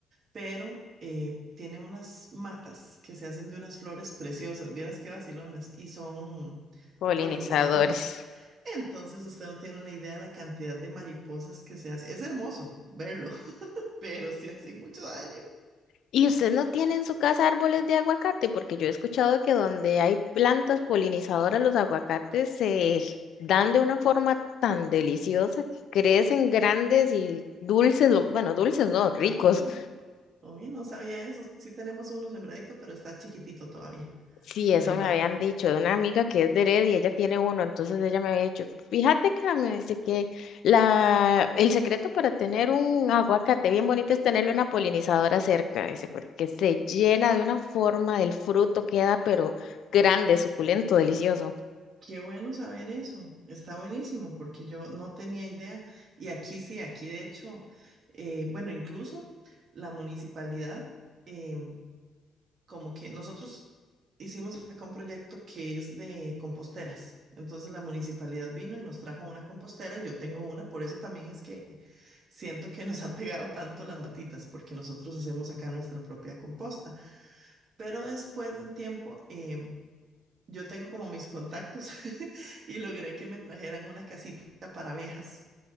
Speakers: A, on the right; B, on the left.
A: pero eh, tiene unas matas que se hacen de unas flores preciosas, vieras qué vacilonas, y son
B: polinizadores.
A: polinizadoras. Entonces usted no tiene una idea de la cantidad de mariposas que se hace. Es hermoso verlo, <laughs> pero sí hace mucho daño.
B: ¿Y usted no tiene en su casa árboles de aguacate? Porque yo he escuchado que donde hay plantas polinizadoras, los aguacates se dan de una forma tan deliciosa que crecen grandes y dulces, lo- bueno, dulces no, ricos.
A: Ah, hoy no sabía eso. Sí tenemos uno sembradito, pero está chiquitito todavía.
B: Sí, eso
A: Ahí va.
B: me habían dicho de una amiga que es de Heredia, ella tiene uno, entonces ella me había dicho, fíjate que me dice que la, el secreto para tener un aguacate bien bonito es tenerle una polinizadora cerca, dice, porque se llena de una forma del fruto, queda pero grande, suculento, delicioso.
A: Qué bueno saber eso, está buenísimo porque yo no tenía idea y aquí sí, aquí de hecho, eh, bueno, incluso la municipalidad, eh, como que nosotros hicimos acá un proyecto que es de composteras, entonces la municipalidad vino y nos trajo una compostera y yo tengo una, por eso también es que siento que nos ha pegado tanto las matitas porque nosotros hacemos acá nuestra propia composta, pero después de un tiempo... em, yo tengo como mis contactos <laughs> y logré que me trajeran una casita para abejas.